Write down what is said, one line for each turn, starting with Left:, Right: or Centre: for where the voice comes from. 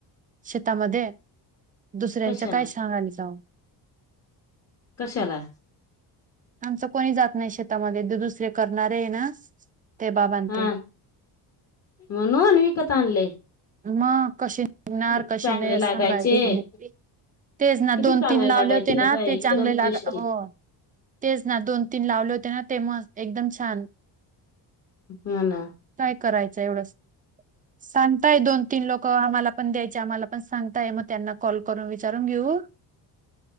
Right: शेतामध्ये दुसऱ्यांच
Left: कशाला
Right: काय सांगायला जाऊ
Left: कशाला
Right: आमचं कोणी जात नाही शेतामध्ये ते दुसरे करणार आहे ना ते बाबां
Left: हा
Right: ते
Left: म्हणु अनविकता आणले.
Right: मग कसे निघणार
Left: किती
Right: कशी
Left: चांगले
Right: नाही अस
Left: लागायचे
Right: सांगावी तेच ना
Left: किती
Right: दोन
Left: चांगले
Right: तीन लावले
Left: लागायचे
Right: होते ना
Left: काय
Right: ते
Left: एकदम
Right: चांगले लाग
Left: टेस्टी
Right: हो. तेच ना दोन तीन लावले होते ना ते मग एकदम छान
Left: हा ना
Right: काय करायचं एवढं सां काय दोन तीन लोक आम्हाला पण द्यायचे आम्हाला पण सांगताय मग त्यांना कॉल करून विचारून घेऊ.